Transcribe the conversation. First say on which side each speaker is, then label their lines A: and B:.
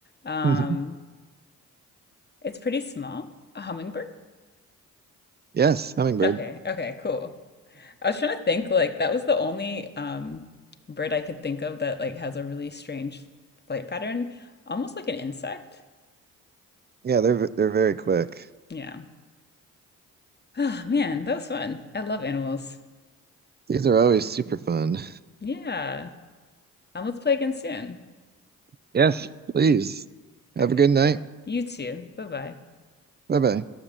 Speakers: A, on the left; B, on the right.
A: Um,
B: <laughs>
A: It's pretty small. A hummingbird?
B: Yes, hummingbird.
A: Okay,
B: <laughs>
A: okay, cool. I was trying to think like that was the only um bird I could think of that like has a really strange flight pattern, almost like an insect.
B: Yeah, they're v- they're very quick.
A: Yeah. <sighs> Oh man, that was fun. I love animals.
B: These are always super fun.
A: Yeah. Um, let's play again soon.
B: Yes, please. Have
A: Okay,
B: a good night.
A: cool. You too. Bye-bye.
B: Bye bye.